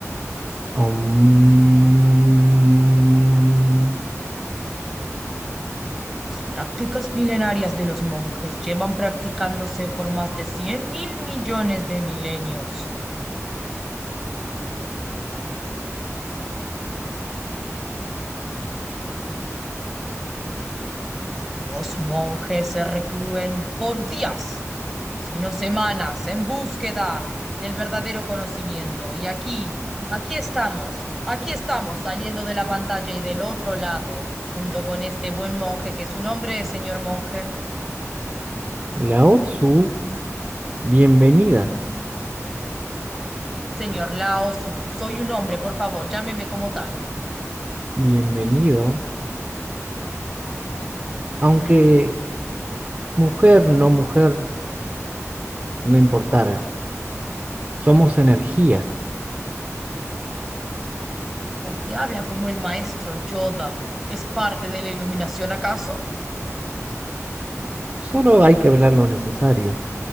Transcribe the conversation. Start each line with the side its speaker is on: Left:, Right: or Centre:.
Right: Um,
Centre: Las prácticas milenarias de los monjes llevan practicándose por más de 100 mil millones de milenios. Los monjes se reclúen por días, sino semanas, en búsqueda del verdadero conocimiento. Y aquí, aquí estamos, aquí estamos saliendo de la pantalla y del otro lado, junto con este buen monje, que su nombre es señor monje,
Right: Lao Tzu, bienvenida,
Centre: señor Lao Su. Soy un hombre, por favor, llámeme como tal.
Right: bienvenido, aunque
Centre: Mm,
Right: mujer, no mujer, no importar, somos energía,
Centre: ¿Por qué habla como el maestro Yoda? ¿Es parte de la iluminación acaso?
Right: solo hay que hablar lo necesario,